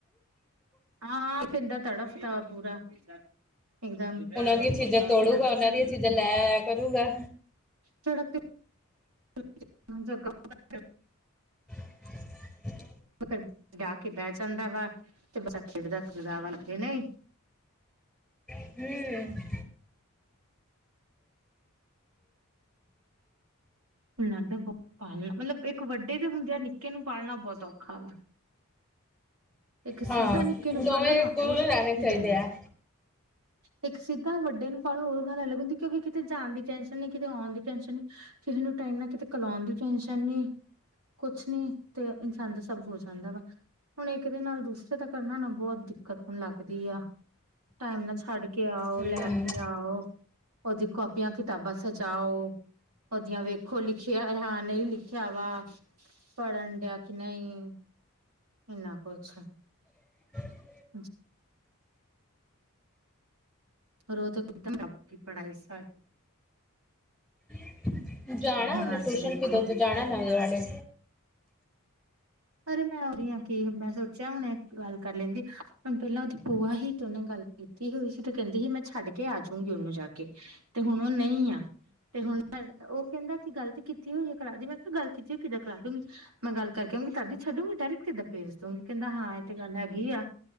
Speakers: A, on the right; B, in the centre.
A: ਆ -ਆ -ਆ ਪਿੰਦਾ ਤੜਫ ਦਾ ਪੂਰਾ। <unintelligible> ਇਕਦਮ <unintelligible>
B: ਉਹਨਾਂ ਦੀਆਂ ਚੀਜ਼ਾਂ ਤੋੜੂਗਾ ਉਹਨਾਂ ਦੀਆਂ ਚੀਜ਼ਾਂ ਲੈ ਆਇਆ ਕਰੂਗਾ
A: ਤੜਫ ਤੇ। <unintelligible>
B: <inaudible>
A: ਤਾਂ ਫੇਰ ਜਾਕੇ ਬਹਿ ਜਾਂਦਾ ਵਾ ਤੇ ਬੱਚਾ ਖੇਡਦਾ ਫਿਰਦਾ ਵਾ ਕੇ ਨਹੀਂ।
B: ਹੂੰ
A: ਹੁਣ ਲੱਗਦਾ ਬਹੁ ਪਾਲਣਾ ਮਤਲਬ ਇੱਕ ਵੱਡੇ ਵੀ ਹੁੰਦੇ ਆ, ਨਿੱਕੇ ਨੂੰ ਪਾਲਣਾ ਬਹੁਤ ਔਖਾ ਵਾ। ਇੱਕ ਸਿੱਧਾ
B: ਹਾਂ,
A: ਨਿੱਕੇ ਨੂੰ
B: ਦੋਵੇਂ
A: ਪਾਲੋ ਨਾ
B: ਇਕੋ
A: ਉਹ
B: ਰਹਿਣੇ
A: ਠੀਕ
B: ਚਾਹੀਦੇ
A: ਰਹਿੰਦਾ
B: ਆ।
A: ਇੱਕ ਸਿੱਧਾ ਵੱਡੇ ਨੂੰ ਪਾਲੋ ਉਹ ਅਲੱਗ ਗੱਲ ਹੁੰਦੀ ਕਿਉਂਕਿ ਕਿਤੇ ਜਾਣ ਦੀ ਟੈਨਸ਼ਨ ਨਹੀਂ, ਕਿਤੇ ਆਉਣ ਦੀ। ਟੈਨਸ਼ਨ ਨੀ, ਕਿਸੇ ਨੂੰ ਟਾਈਮ ਨਾ ਕਿਤੇ ਕਲਾਉਣ ਦੀ ਟੈਨਸ਼ਨ ਨੀ। ਕੁਛ ਨੀ, ਤੇ ਇਨਸਾਨ ਦਾ ਸਭ ਹੋ ਜਾਂਦਾ ਵਾ, ਹੁਣ ਇੱਕ ਦੇ ਨਾਲ ਦੂਸਰੇ ਤੱਕ। ਕਰਨਾ ਨੂੰ ਬਹੁਤ ਦਿੱਕਤ ਹੋਣ ਲੱਗਦੀ ਆ। ਟੈਮ ਨਾਲ ਛੱਡ ਕੇ ਆਓ,
B: ਹਮ
A: ਲੈ ਕੇ ਆਓ, ਓਦੀ ਕੋਪੀਆਂ -ਕਿਤਾਬਾਂ ਸਜਾਓ ਓਦੀਆਂ ਵੇਖੋ, ਲਿਖਿਆ ਵਾ ਨਈ ਲਿਖਿਆ ਵਾ ਪੜ੍ਹਨ ਡਿਆ, ਕਿ ਨਈ ਇਨਾ ਕੁਛ
B: <inaudible>
A: ਅੱਛਾ ਪਰ ਓ ਤੇ ਇੱਕਦਮ ਰੱਬ <unintelligible> ਪੜਾਈ ਸਾਰੀ
B: <inaudible> ਜਾਣਾ
A: ਹੁਣ
B: ਉਹਨੇਂ
A: ਅੱਜ
B: ਟੂਸ਼ਨ
A: ਵੇਖੋ
B: ਪੀ ਦੋ ਤ ਜਾਣਾ ਨਵੇ ਵਡੇ।
A: ਅਰੇ ਮੈਂ ਓਹੀ ਆ ਕੀ ਮੈਂ ਸੋਚਿਆ ਹੁਣੇ ਗੱਲ ਕਰ ਲੈਂਦੀ। ਪਰ ਪਹਿਲਾਂ ਉਹਦੀ ਭੂਆ ਹੀ ਤੁਹਾਨ ਨਾਲ ਗੱਲ ਕੀਤੀ ਹੋਈ ਸੀ ਤੇ ਕਹਿੰਦੀ ਸੀ ਮੈਂ ਛੱਡ ਕੇ ਆ ਜਾਉਂਗੀ ਉਹਨੂੰ ਜਾ ਕੇ ਤੇ ਹੁਣ ਉਹ ਨਹੀਂ ਆ ਤੇ ਹੁਣ ਉਹ ਕਹਿੰਦਾ ਕਿ ਗੱਲ ਤੇ ਕੀਤੀ ਹੋਈ ਆ ਕਰਾ ਦੇ। ਮੈਂ ਕਿਹਾ ਗੱਲ ਕੀਤੀ ਹੋਈ ਕਿੱਦਾਂ ਕਰਾ ਦੂੰਗੀ, ਮੈਂ ਗੱਲ ਕਰਕੇ ਆਉਂਗੀ। ਸਾਡੀ ਛੱਡੂਗੀ ਡਾਇਰੈਕਟ ਕਿੱਦਾਂ ਭੇਜ ਦੂੰਗੀ, ਕੈਂਦਾ ਹਾਂ ਏਹ ਤੇ ਗੱਲ ਹੈਗੀ ਆ।